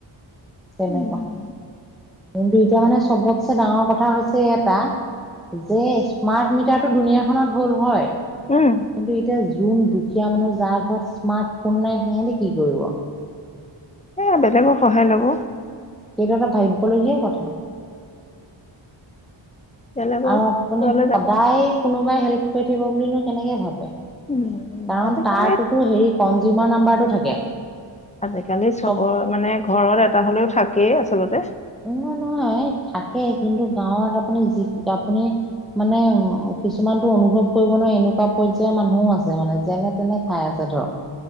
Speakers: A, in the centre; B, on the left.
A: তেনেকুৱা,
B: উম,
A: কিন্তু এতিয়া মানে চবতছে ডাঙৰ কথা হৈছে এটা যে স্মাৰ্ট মিটাৰটো দুুনীয়াখনত হ'ল হয়,
B: উম,
A: কিন্তু এতিয়া যোন দু দুখীয়া মানুহ যাৰ ঘৰত স্মাৰ্টফোন নাই সিহঁতে কি কৰিব?
B: সেয়া, বেলেগৰ সহায় ল'ব।
A: সেইটো এটা ভাবিবলগীয়া কথা।
B: বেলেগৰ
A: আৰু আপুনি
B: ওচৰলৈ
A: সদায়
B: যাব।
A: কোনোবাই হেল্প কৰি থাকিব বুলিনো কেনেকে ভাবে?
B: উম।
A: কাৰণ
B: আজিকালি
A: তাৰতোটো হেৰি কনজিউমাৰ নাম্বাৰটো থাকে
B: আজিকালি চবৰ
A: চব
B: মানে ঘৰত এটা হ'লেও থাকেই আচলতে।
A: এনে নহয় থাকেই কিন্তু গাঁৱত আপুনি যি আপুনি মানে উ কিছুমানতো অনুভৱ কৰিব নোৱাৰি এনেকুৱা পৰ্যায়ৰ মানুহো আছে মানে যেনে তেনে খাই আছে ধৰক।